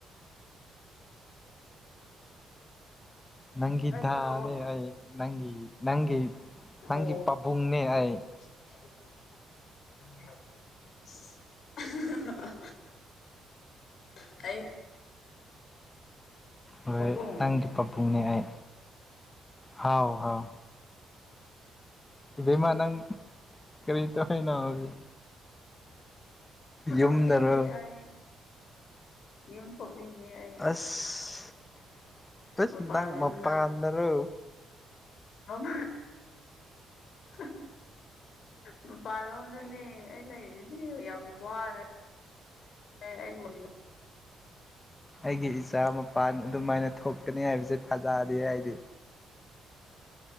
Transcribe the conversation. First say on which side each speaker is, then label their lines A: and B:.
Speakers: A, on the left; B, on the left.
A: ꯅꯪꯒꯤ
B: ꯑꯩ
A: ꯗꯥꯅꯦ
B: ꯈꯔ ꯑꯣꯏꯔꯦ
A: ꯑꯩ ꯅꯪꯒꯤ ꯅꯪꯒꯤ ꯅꯪꯒꯤ
B: ꯑꯣ
A: ꯄꯥꯕꯨꯡꯅꯦ ꯑꯩ꯫
B: <unintelligible> <unintelligible>
A: ꯍꯣꯏ
B: ꯄꯥꯕꯨꯡ
A: ꯅꯪꯒꯤ ꯄꯥꯕꯨꯡꯅꯦ ꯑꯩ ꯍꯥꯎ ꯍꯥꯎ꯫ ꯏꯕꯦꯃꯥ ꯅꯪ ꯀꯔꯤ ꯇꯧꯔꯤꯅꯣ ꯍꯧꯖꯤꯛ꯫ ꯌꯨꯝꯗꯔꯣ
B: ꯀꯥꯞꯅꯤꯡꯉꯦ ꯑꯩ ꯌꯨꯝ ꯊꯣꯛꯅꯤꯡꯉꯦ ꯑꯩ꯫
A: ꯏꯁ
B: ꯃꯄꯥꯟ
A: ꯅꯪ
B: ꯌꯨꯝꯗ
A: ꯃꯄꯥꯟꯗꯔꯣ꯫
B: ꯃꯥꯝ <unintelligible> ꯃꯄꯥꯟꯂꯣꯝꯗꯅꯦ ꯑꯩ ꯂꯩ꯫ ꯌꯥꯝ ꯋꯥꯔꯦ ꯑꯩ ꯑꯣꯏꯅꯥ꯫
A: ꯑꯩꯒꯤ ꯏꯆꯥ ꯃꯄꯥꯟ ꯑꯗꯨꯃꯥꯏꯅ ꯊꯣꯛꯀꯅꯤ ꯍꯥꯏꯕꯁꯦ ꯊꯥꯖꯗꯦ ꯑꯩ ꯗꯤ꯫